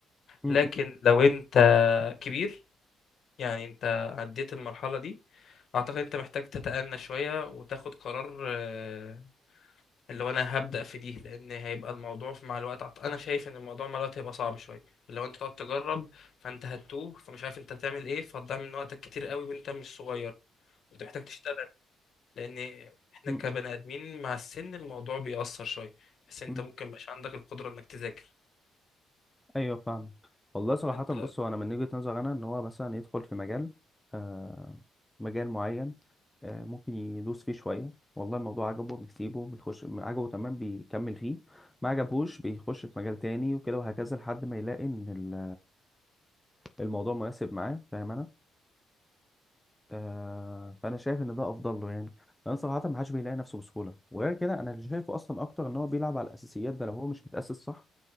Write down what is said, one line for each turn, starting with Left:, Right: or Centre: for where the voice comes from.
Centre: امم
Left: لكن لو انت كبير يعني انت عديت المرحلة دي اعتقد انت محتاج تتأنى شوية وتاخد قرار آه، اللي هو انا هبدأ في دي لان هيبقى الموضوع في- مع الوقت أعت- انا شايف ان الموضوع مع الوقت هيبقى صعب شوية اللي هو انت تقعد تجرب فانت هتوه فمش عارف انت هتعمل ايه فهتضيع من وقتك كتير قوي وانت مش صغير انت محتاج تشتغل لان احنا
Centre: امم
Left: كبني ادمين مع السن الموضوع بيأثر شوية بس انت
Centre: مم.
Left: ممكن مش عندك القدرة انك تذاكر
Centre: ايوه فاهمك والله صراحة
Left: انت
Centre: بص هو انا من وجهة نظر انا ان هو مثلا يدخل في مجال آه مجال معين آه ممكن يدوس فيه شوية والله الموضوع عجبه بيسيبه بيخش عجبه تمام بيكمل فيه ما عجبهوش بيخش في مجال تاني وكده وهكذا لحد ما يلاقي ان ال- الموضوع مناسب معاه فاهم انا آه فانا شايف ان ده افضل له يعني لان صراحة ما حدش بيلاقي نفسه بسهولة وغير كده انا اللي شايفه اصلا اكتر ان هو بيلعب على الاساسيات ده لو هو مش متأسس صح